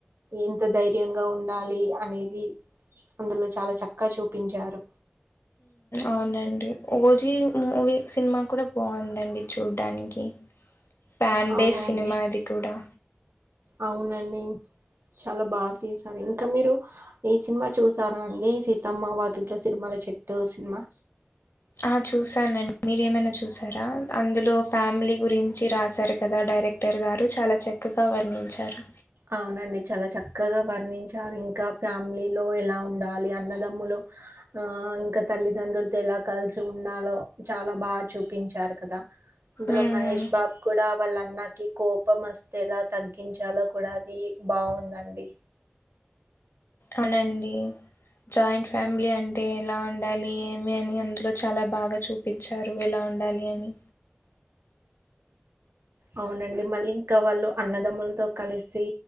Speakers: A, on the right; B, on the left.
A: ఇంత ధైర్యంగా ఉండ ఉాల అనేది అందులో చాలా చక్కగా చూపించారు
B: అవునండి ఓజీ మూవీ సినిమా కూడా బాగుందండి చూడటనికి పన్
A: అవునండి
B: బేస్ సినిమా ఇదికూడా
A: అవునండి చాలా బాగా తీశారు ఇంకా మీరు ఈ సినిమా చూసారా అండి సీతమ్మ వాకిట్లో సినిమల చెట్టు సినిమా
B: ఆ చూసానన్ మీరు ఏమైనా చూసారా అందులో ఫ్యామిలీ గురించి రాశారు కదా డైరెక్టర్ గారు చాలా చక్కగా వర్ణించారు
A: అవునండి చాలా చక్కగా వర్ణించారు ఇంకా ఫ్యామిలీలో ఎలా ఉండాలి అన్నదమ్ములు ఇంకా తల్లిదండ్రులతో ఎలా కలిసి ఉండాలో చాలా బాగా చూపించారు కదా ఇందులో
B: ఉమ్
A: మహేష్ బాబు కూడా వాళ్ళన్నకి కోపం వస్తేలా తగ్కిించాలో కూడా అది బావుందండి
B: అవునండి జాయింట్ ఫ్యామిలీ అంటే ఎలా ఉండాలి ఏమి అని అందులో చాలా బాగా చూపించారు ఎలా ఉండాలి అని
A: అవునండి మళ్ళీ ఇంకా వాళ్ళు అన్నదమ్ములతో కలిసి